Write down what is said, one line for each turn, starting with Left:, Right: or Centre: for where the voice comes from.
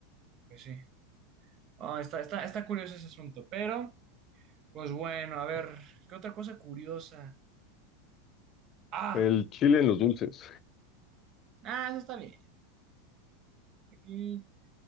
Right: Pues sí. Ah, está, está, está curioso ese asunto, pero, pues bueno, a ver, ¿qué otra cosa curiosa? Ah,
Left: El chile en los dulces.
Right: ah, eso está bien. Aquí,